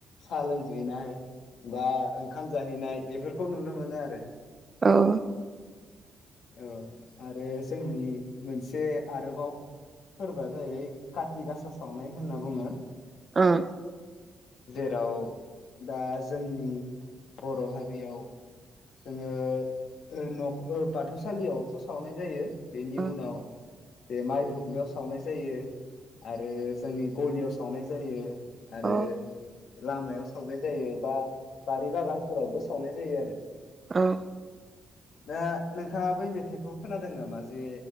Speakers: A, on the left; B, on the right.
A: साहा लोंहैनाय बा ओंखाम जाहैनाय बेफोरखौ नुनो मोनो आरो।
B: औ ।
A: औ आरो जोंनि मोनसे आरोबाव । फोरबोआ जाहैबाय काति गासा सावनाय होनना बुङो।
B: ओं
A: जेराव दा जोंनि बर' हारियाव जोङो । ओ न'ओ बाथौसालियावथ' सावनाय जायो बेनि
B: अ
A: उनाव एमाइ धुबलियाव सावनाय जायो आरो जोंनि गलियाव सावनाय जायो आरो
B: अ
A: लामायाव सावनाय जायो बा बारि बागानफोरावबो सावनाय जायो आरो
B: औ ।
A: दा नोंथाङा बै मेथाइखौ खोनादों नामा जे